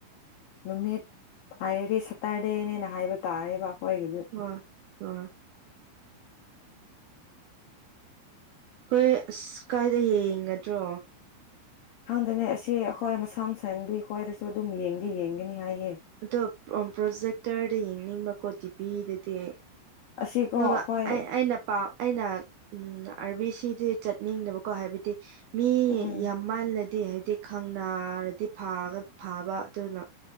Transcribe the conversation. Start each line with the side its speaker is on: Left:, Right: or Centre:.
Left: ꯅꯨꯃꯤꯠ ꯍꯥꯏꯔꯗꯤ ꯁꯇꯔꯗꯦꯅꯦꯅ ꯍꯥꯏꯕ ꯇꯥꯔꯦꯕ ꯑꯩꯈꯣꯏꯒꯤꯗꯤ
Right: ꯎꯝ ꯎꯝ ꯈ‌ꯣꯏ ꯑꯁ ꯀꯥꯏꯗ ꯌꯦꯡꯒꯗ꯭ꯔꯣ
Left: ꯈꯪꯗ‌ꯦꯅꯦ ꯑꯁ‌ꯦ ꯑꯩꯈꯣꯏ ꯃꯁꯥꯡ ꯁ‌ꯦꯡꯕꯒꯤ ꯑꯩꯈꯣꯏꯗꯁꯨ ꯑꯗꯨꯝ ꯌꯦꯡꯗꯤ ꯌꯦꯡꯒꯅꯤ ꯍꯥꯏꯌꯦ
Right: ꯑꯗꯣ ꯎꯝ ꯄ꯭ꯔꯣꯖꯦꯛꯇꯔꯗ ꯌꯦꯡꯅꯤꯡꯕꯀꯣ ꯇꯤꯚꯤꯗꯗꯤ ꯑꯩ
Left: ꯑꯁꯤꯀꯣ
Right: ꯑꯗꯨꯒ
Left: ꯑꯩꯈꯣꯏ
Right: ꯑꯩ ꯑꯩꯅ ꯄꯥꯝ ꯑꯩꯅ ꯎꯝ ꯑꯥꯔꯕꯤꯁꯤ ꯗꯗꯤ ꯆꯠꯅꯤꯡꯗꯕꯀꯣ ꯍꯥꯏꯕꯗꯤ ꯃꯤ
Left: ꯎꯝ
Right: ꯌꯥꯝ ꯃꯜꯂꯗꯤ ꯍꯥꯏꯗꯤ ꯈꯪꯅꯔꯗꯤ ꯐꯥꯒ ꯐꯥꯕ ꯑꯗꯨꯅ